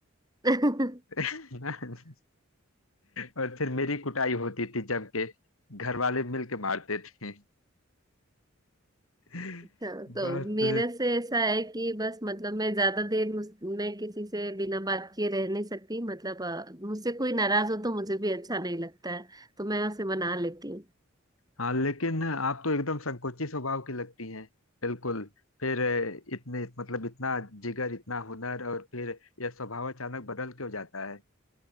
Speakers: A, on the right; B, on the left.
A: अच्छा
B: <laughs> और फिर मेरी कुटाई होती थी जम के घर वाले मिल के मारते थे <laughs>
A: तो
B: बहुत
A: मेरे से ऐसा है कि बस मतलब मैं ज्यादा देर मुझ- मैं किसी से बिना बात किए रह नहीं सकती मतलब अ, मुझसे कोई नाराज हो तो मुझे भी अच्छा नहीं लगता है तो मैं उसे मना लेती
B: हाँ लेकिन आप तो एकदम संकोची स्वभाव की लगती हैं बिल्कुल फिर अ, इतने मतलब इतना जिगर इतना हुनर और फिर यह स्वभाव अचानक बदल क्यों जाता है